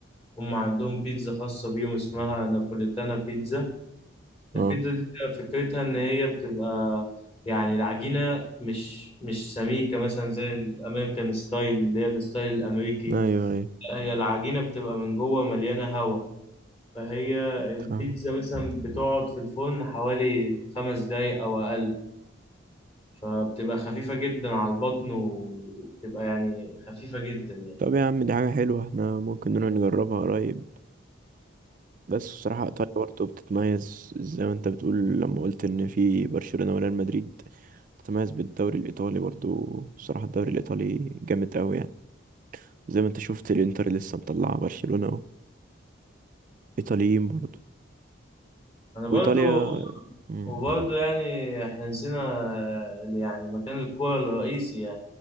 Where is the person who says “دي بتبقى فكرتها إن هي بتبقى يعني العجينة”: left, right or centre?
Left